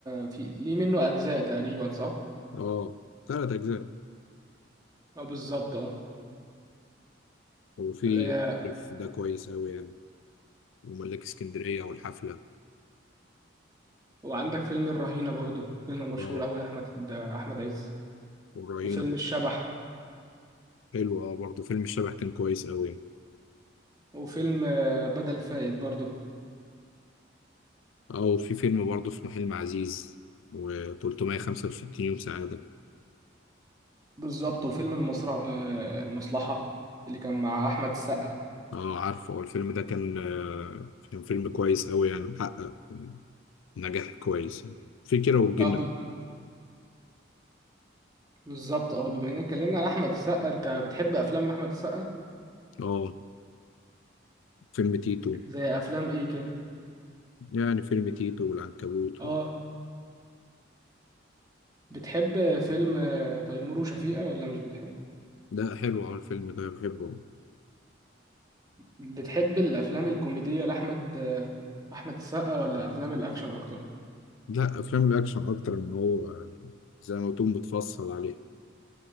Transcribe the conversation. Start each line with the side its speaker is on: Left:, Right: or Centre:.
Right: في ليه منه اجزاء تقريبا صح
Left: اه ثلاث أجزاء
Right: اه بالظبط اه
Left: وفي
Right: اه،
Left: ده كويس أوي يعني وملاك اسكندرية والحفلة
Right: وعندك فيلم الرهينة برضو فيلم مشهور
Left: اه
Right: اوي احمد ده احمد عز
Left: والرهينة
Right: وفيلم
Left: برضه.
Right: الشبح
Left: حلو اه برضه فيلم الشبح كان كويس أوي يعني
Right: وفيلم اه، بدل فائد برضو
Left: اه وفي فيلم برضه اسمه حلم عزيز و365 يوم سعادة
Right: بالظبط وفيلم المصرع اه، المصلحة اللي كان مع احمد السقا
Left: اه عارفه هو الفيلم ده كان آه، كان فيلم كويس أوي يعني محقق نجاح كويس يعني في كيرة والجن
Right: اه ب... بالظبط اه بما اننا اتكلمنا عن احمد السقا انت بتحب افلام احمد السقا
Left: اه فيلم تيتو
Right: زي افلام ايه كده
Left: يعني فيلم تيتو والعنكبوت
Right: اه
Left: و...
Right: بتحب فيلم آه، تيمور وشفيقة ولا مش بتحبه
Left: لا حلو أوي الفيلم ده بحبه
Right: بتحب الافلام الكوميدية لاحمد آه، احمد السقا ولا افلام الاكشن اكتر
Left: لا أفلام الأكشن أكتر من هو يعني زي ما تكون بتفصل عليه